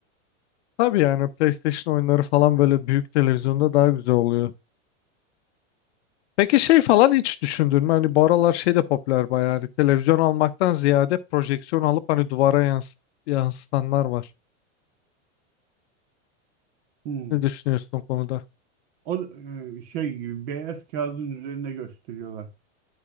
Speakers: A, on the left (about 60°); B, on the right (about 50°).
A: Tabii yani PlayStation oyunları falan böyle büyük televizyonda daha güzel oluyor. Peki şey falan hiç düşündün mü? Hani bu aralar şey de popüler bayağı. Hani televizyon almaktan ziyade projeksiyon alıp hani duvara yans yansıtanlar var.
B: Hmm.
A: Ne düşünüyorsun o konuda?
B: O e, şey gibi beyaz kağıdın üzerinde gösteriyorlar